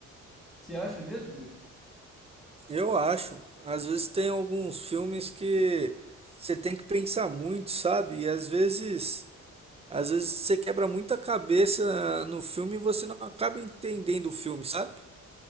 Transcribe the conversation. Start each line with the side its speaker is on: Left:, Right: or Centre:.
Centre: Você acha mesmo, Greg?
Right: Eu acho. Às vezes tem alguns filmes que você tem que pensar muito, sabe? E às vezes. Às vezes você quebra muita cabeça no filme e você não acaba entendendo o filme, sabe?